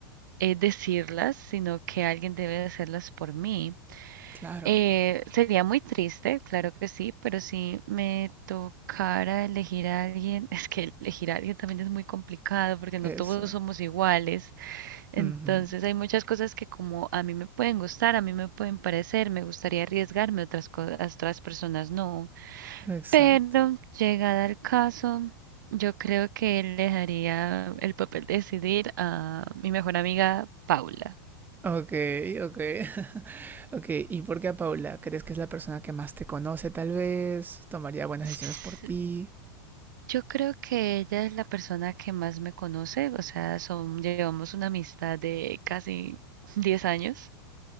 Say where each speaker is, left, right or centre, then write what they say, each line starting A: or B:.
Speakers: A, on the right; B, on the right.
A: eh, decirlas, sino que alguien debe de hacerlas por mí.
B: claro,
A: Eh, sería muy triste, claro que sí, pero si me tocara elegir a alguien, <laughs> es que elegir a alguien también es muy complicado porque no
B: eso.
A: todos somos iguales. Entonces
B: Ujú,
A: hay muchas cosas que como a mí me pueden gustar, a mí me pueden parecer, me gustaría arriesgarme, otras cosas, otras personas no.
B: Exacto.
A: Pero llegada al caso, yo creo que le dejaría el papel de decidir a mi mejor amiga Paula.
B: Ok, ok. <laughs> Ok, ¿y por qué a Paula? ¿Crees que es la persona que más te conoce tal vez? ¿Tomaría buenas
A: S-
B: decisiones por ti?
A: Yo creo que ella es la persona que más me conoce, o sea, son, llevamos una amistad de casi 10 años.